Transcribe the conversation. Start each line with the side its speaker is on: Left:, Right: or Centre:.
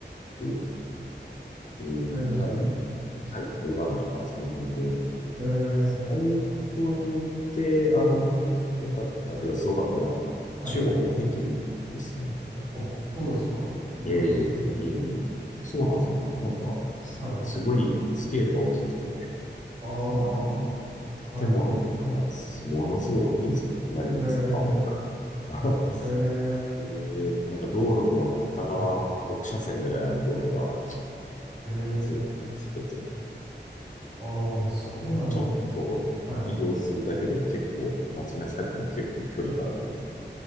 Left: 国、うーん、
Right: えー、
Left: タイ、タイ、台湾とかその辺で、
Right: えー、
Left: 最近行ってあの、良かったというかすごかったのは、
Right: はい。
Left: 中国の北京ですね。
Right: あ、そうですか。意外ですね。
Left: えー、北京、そうなんですよね。なんか、
Right: はい。
Left: すごいスケールが大きくて、
Right: ああ、
Left: あの、
Right: はい。
Left: 建物とか、ものすごい大きいんですよ。何もかもが。
Right: えー、
Left: <laughs>
Right: えー、
Left: で、なんか道路も片側6車線ぐらいある道路が
Right: はい。えー、
Left: ずっと走ってて、
Right: ああ、そうなんですね。
Left: ちょっと移動するだけでも結構、
Right: はい。
Left: 街中でも結構距離があるっていう、